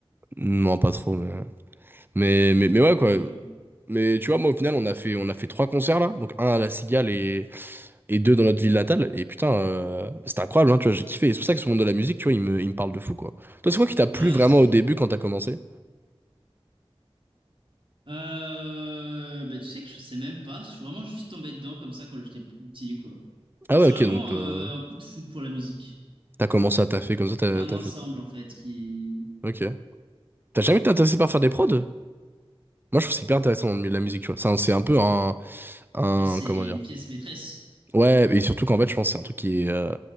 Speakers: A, on the right; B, on the right.
A: Non, pas trop, mais... mais. Mais, mais,
B: Non,
A: ouais,
B: mais
A: quoi.
B: ouais, je vois.
A: Mais tu vois, moi, au final, on a fait, on a fait trois concerts, là. Donc, un à La Cigale et, et deux dans notre ville natale. Et putain, euh, c'était incroyable, hein, tu vois, j'ai kiffé. Et c'est pour ça que ce monde de la musique, tu vois, il me, il me parle de fou, quoi. Toi, c'est quoi qui t'a plu
B: Bah,
A: vraiment
B: ouais, c'est.
A: au début quand t'as commencé?
B: Euh... Bah, tu sais que je sais même pas. Je suis vraiment juste tombé dedans comme ça quand j'étais plus petit, quoi.
A: Ah
B: C'est
A: ouais, ok,
B: vraiment
A: donc euh,
B: euh, un coup de foudre pour la musique.
A: t'as commencé à taffer comme ça, t'as
B: C'est un
A: t'as
B: ensemble,
A: fait tes trucs.
B: en fait, qui.
A: Ok. T'as jamais été intéressé par faire des prods? Moi, je trouve que c'est hyper intéressant dans le milieu de la musique, tu vois. C'est un, c'est un peu un, un-
B: Bah, c'est
A: Comment dire?
B: une pièce maîtresse.
A: Ouais, et surtout qu'en fait, je pense que c'est un truc qui est. euh,